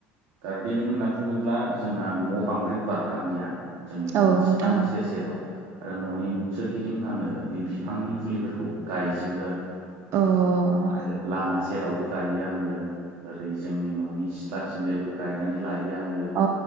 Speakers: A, on the right (about 70°); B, on the right (about 55°).
A: गार्देनिं होनना बुङोब्ला जोंना न'आव बांद्राय गुवार हा गैया जोंनि न'नि
B: औ नोंथां
A: सिथ्लानि
B: औ
A: सेर सेराव आरो न'नि सोरगिदिं आङो बे बिफांनि फुलिफोरखौ गायजोबो आरो
B: अ
A: आरो लामा सेराव बो गायो आङो ओरै जोंनि न'नि सिथ्लाथिंजायबो गायनानै लायो। आङो
B: अ